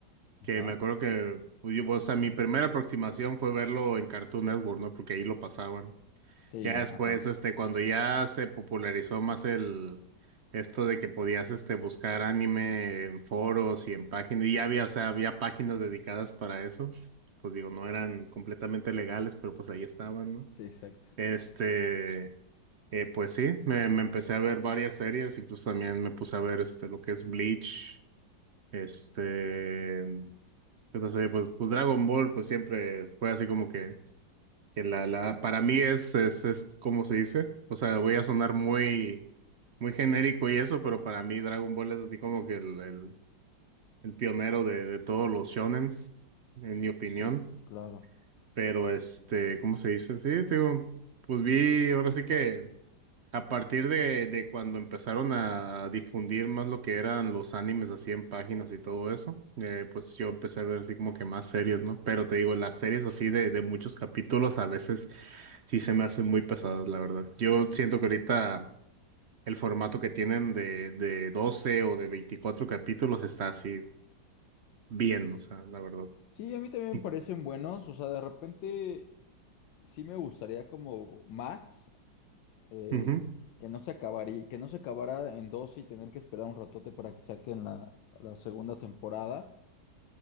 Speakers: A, on the right (about 60°); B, on the left (about 85°).
A: que
B: ajá,
A: me acuerdo que, pues, yo- o sea, mi primera aproximación fue verlo en Cartoon Network, ¿no? Porque ahí lo pasaban.
B: sí,
A: Ya
B: ajá,
A: después, este, cuando ya se popularizó más el esto de que podías este buscar anime en foros y en páginas, y ya había, o sea, había páginas dedicadas para eso. Pues digo, no eran completamente legales, pero pues ahí estaban, ¿no?
B: sí, exacto.
A: Este, eh, pues sí, me, me empecé a ver varias series, incluso también me puse a ver este lo que es Bleach, este, entonces, pues, pues Dragon Ball, pues siempre fue así como que que la, la, para mí es, es, es, ¿cómo se dice? O sea, voy a sonar muy, muy genérico y eso, pero para mí Dragon Ball es así como que el, el, el pionero de, de todos los shonens, en mi opinión.
B: Sí, c- claro.
A: Pero este, ¿cómo se dice? Sí, te digo, pues vi, ahora sí que. A partir de, de cuando empezaron a difundir más lo que eran los animes así en páginas y todo eso, eh, pues yo empecé a ver así como que más series, ¿no? Pero te digo, las series así de, de muchos capítulos a veces sí se me hacen muy pesadas, la verdad. Yo siento que ahorita el formato que tienen de, de 12 o de 24 capítulos está así bien, o sea, la verdad.
B: Sí, a mí también
A: <laughs>
B: me parecen buenos, o sea, de repente sí me gustaría como más, eh,
A: Ujú,
B: que no se acabaría, que no se acabara en dos y tener que esperar un ratote para que saquen la, la segunda temporada,